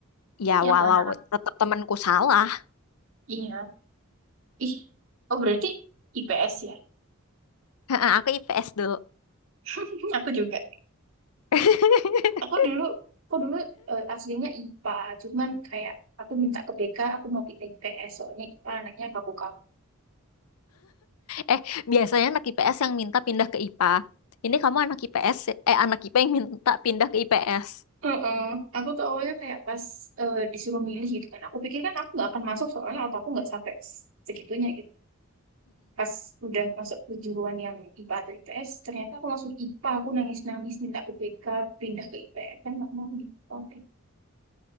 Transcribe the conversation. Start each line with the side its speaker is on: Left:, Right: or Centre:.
Left: ya
Right: Iya
Left: walau
Right: kan anak.
Left: tetap temanku salah.
Right: Iya. Ih. Oh berarti IPS ya.
Left: <laughs> Aku IPS dulu.
Right: <laughs> Aku juga.
Left: <laughs>
Right: Aku dulu aku dulu eh, aslinya IPA, cuman kayak aku minta ke BK, aku mau pilih IPS soalnya IPA anaknya kaku-kaku.
Left: Eh, biasanya anak IPS yang minta pindah ke IPA. Ini kamu anak IPS, eh anak IPA yang minta pindah ke IPS.
Right: Heeh. Aku tuh awalnya kayak pas eh, disuruh milih gitu kan. Aku pikir kan aku nggak akan masuk soalnya otakku nggak sampai segitunya gitu. Pas udah masuk kejuruan yang IPA atau IPS, ternyata aku masuk IPA. Aku nangis-nangis minta ke BK pindah ke IPS kan nggak mau di IPA.